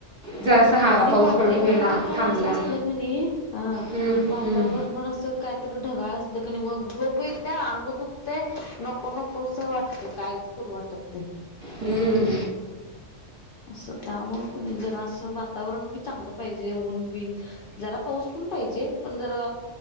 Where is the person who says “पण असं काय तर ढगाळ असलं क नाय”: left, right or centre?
Left